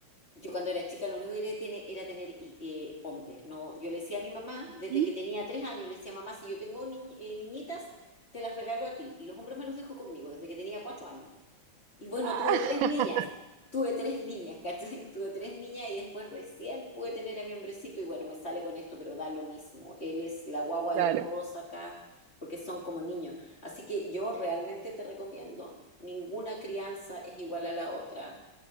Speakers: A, on the left (about 35°); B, on the right (about 85°).
A: yo cuando era chica lo único que quería tiene- era tener y- eh, hombre. No, yo le decía a mi mamá, desde
B: ¿Sí?
A: que tenía tres años, le decía, mamá, si yo tengo ni- eh, niñitas, te las regalo a ti. Y los hombres me los dejo conmigo desde que tenía cuatro años. Y bueno,
B: Ah,
A: tuve tres
B: <laughs>
A: niñas, tuve tres niñas, ¿cachai? <laughs> Tuve tres niñas y después recién pude tener a mi hombrecito y bueno, me sale con esto, pero da lo mismo. Él es la guagua
B: Claro.
A: de todos acá porque son como niños. Así que yo realmente te recomiendo, ninguna crianza es igual a la otra,